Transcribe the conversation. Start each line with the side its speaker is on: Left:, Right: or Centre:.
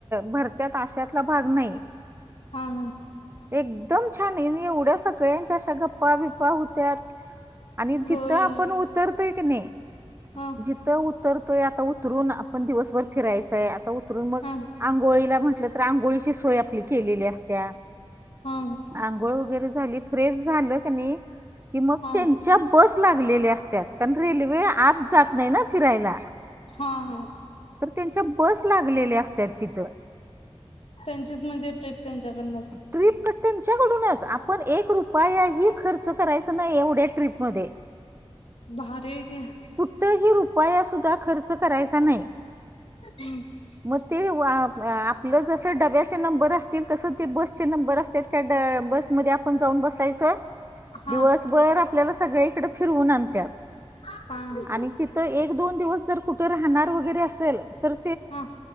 Right: भरत्यात आश्यातला भाग नाही.
Left: हा हा.
Right: एकदम छान आहे यांनी एवढ्या सगळ्यांच्या अशा गप्पा बिप्पा होत्यात. आणि जिथं
Left: होय
Right: आपण
Left: ना
Right: उतरतोय की नाही
Left: हा
Right: जिथं उ उतरतोय आता उतरून आपण दिवसभर फिरायचाय आता उतरून मग
Left: हा
Right: आंघोळीला म्हंटलं तर आंघोळीची सोय आपली केलेली असत्या.
Left: हा
Right: आंघोळ वगैरे झाली फ्रेश झालं काणि नाही कि मग
Left: हा
Right: त्यां च्या बस लागलेल्या असत्यात कारण रेल्वे आत जात नाही ना फिरायला
Left: हा हा
Right: तर त्यांच्या बस लागलेल्या असत्यात. तिथं
Left: त्यांचीच म्हणजे ते त्यांच्याकडनंच.
Right: ट्रीप कट्ट तुमच्याकडूनच आपण एक रुपया हि खर्च करायच नाही एवढ्या ट्रीपमध्ये.
Left: भारी आहे की.
Right: कुठही रुपया सुद्धा खर्च करायचा नाही.
Left: हम्म.
Right: म ते आपलं वाप आपलं जसं डब्याचे नंबर असतील तसं ते बसचे नंबर असत्यात कडं बसमध्ये आपण जाऊन बसायचं
Left: हा
Right: दिवसभर आपल्याला सगळीय इकडे फिरवून आणत्यात.
Left: <unintelligible>
Right: आणि तिथं एक-दोन दिवस जर कुठं राहणार वगैरे असेल तर
Left: हा